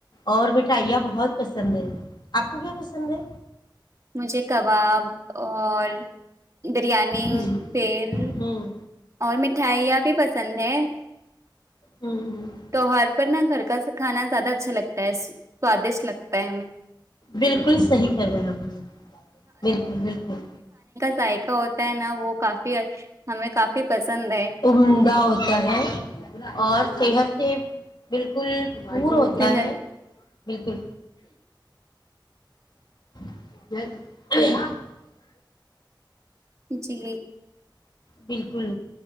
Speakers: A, on the left (about 60°); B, on the right (about 40°).
A: اور مٹھائیاں بہت پسند پسند ہے آک کو کیا پسند ہے
B: مجھے کباب اور بریانی
A: ہوں
B: پیل
A: ہوں
B: اور مٹھائیاں بھی پسند ہیں
A: ہوں ہ
B: تہوار پر نا گھر کا کھانا زیادہ اچھا لگتا ہے سوادشٹ لگتا ہے
A: بالکل صحیح کرنا ہے آپ نے بالکل بالکل
B: ذائق ہوتا ہے نا وہ کا ہمیں کافی پسند ہے
A: عمدہ ہوتا ہے اور سی ہ سے <inaudible> <unintelligible> بالکل دور ہوتا
B: صحت
A: ہے بالکل <inaudible>
B: جی
A: بالکل